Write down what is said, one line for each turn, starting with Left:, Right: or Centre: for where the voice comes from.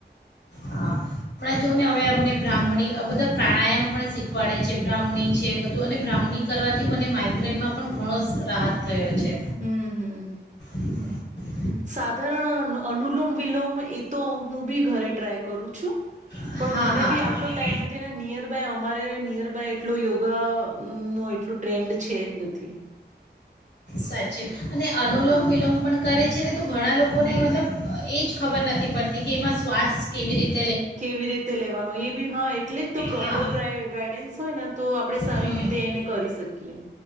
Left: હા, હમણાં જો ને હવે અમને બ્રાહ્મની અ બધા પ્રાણાયામ પણ શીખવાડે છે. બ્રાહ્મની છે, બધું અને બ્રાહ્મની કરવાથી મને માઈગ્રેનમાં પણ ઘણો સ રાહત થયો છે.
Right: હમ હમ.
Left: હ.
Right: સાધારણ અન અનુલોમ વિલોમ એ તો હું બી ઘરે ટ્રાય કરું છું.
Left: હા
Right: પણ મને
Left: હા
Right: બી
Left: હા
Right: આટલો ટાઈમ નથી અને નિયર બાય અમારે નિયર બાય ટલો યોગા નો એટલો ટ્રેન્ડ છે જ નથી.
Left: સાત છે. અને અનુલોમ
Right: હા
Left: વિલોમ પણ કરે છે ને તો ઘણા લોકોને મતલબ અ એ જ ખબર નથી પડતી કે એમાં શ્વાસ કેવી રીત
Right: કેવી રીતે લેવાન હ એ બી હ એક ટલે જ તો પ્રોપર
Left: હા
Right: ગાઈ ગાઈડેન્સ હોય ના તો આપણે સારી
Left: હમ
Right: રીતે એને કરી શકીએ. એટલે